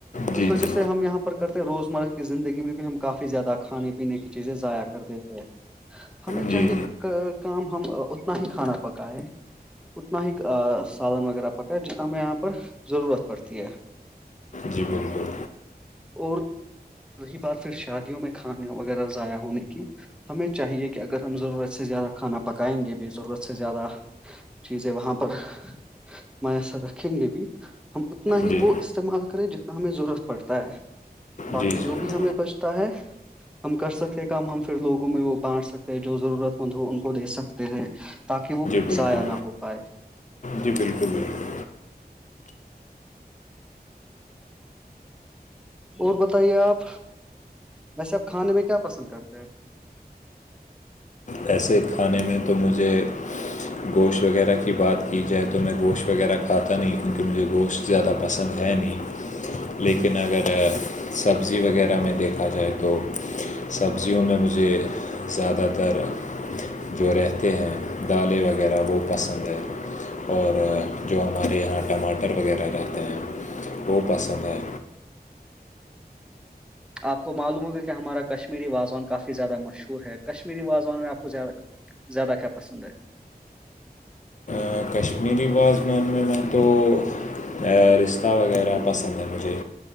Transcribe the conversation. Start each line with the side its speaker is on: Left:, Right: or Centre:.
Left: جی
Centre: اس وجہ
Left: جی
Centre: سے ہم یہاں پر کرتے روزمرہ کی زندگی میں بھی ہم کافی زیادہ کھانے پینے کی چیزیں ضائع کر دیتے ہیں ہمیں
Left: جی
Centre: چاہیے
Left: جی
Centre: کا ک کام ہم اتنا ہی کھانا پکائے اتنا ہی ا سالن وغیرہ پکائے جتنا ہمیں یہاں پر ضرورت پڑتی ہے
Left: جی بالکل
Centre: اور رہی بات پھر شادیوں میں کھانے وغیرہ ضائع ہونے کی ہمیں چاہیے کہ اگر ہم ضرورت سے زیادہ کھانا پکائیں گے بھی ضرورت سے زیادہ چیزیں وہاں پر میسر رکھیں گے بھی ہم اتنا ہی
Left: جی
Centre: وہ استعمال کریں جتنا ہمیں ضرورت پڑتا ہے باقی
Left: جی جی
Centre: جو بھی ہمیں بچتا ہے ہم کر سکتے ہیں کام ہم پھر لوگوں میں وہ بانٹ سکتے ہیں جو ضرورت مند ہو ان کو دے سکتے ہیں تاکہ وہ
Left: بالکل
Centre: ضائع نہ ہو پائے
Left: جی بالکل بالکل
Centre: اور بتائیے آپ ویسے آپ کھانے میں کیا پسند کرتے ہیں
Left: ایسے کھانے میں تو مجھے گوشت وغیرہ کی بات کی جائے تو میں گوشت وغیرہ کھاتا نہیں کیونکہ مجھے گوشت زیادہ پسند ہے نہیں لیکن اگر سبزی وغیرہ میں دیکھا جائے تو سبزیوں میں مجھے زیادہ تر جو رہتے ہیں دالیں وغیرہ وہ پسند ہے اور جو ہمارے یہاں ٹماٹر وغیرہ رہتے ہیں وہ پسند ہے
Centre: آپ کو معلوم ہوگا کہ ہمارا کشمیری وازوان کافی زیادہ مشہور ہے کشمیری وازوان میں آپ کو زیادہ زیادہ کیا پسند ہے
Left: ا کشمیری واز وان میں تو ا رشہ وغیرہ پسند ہے مجھے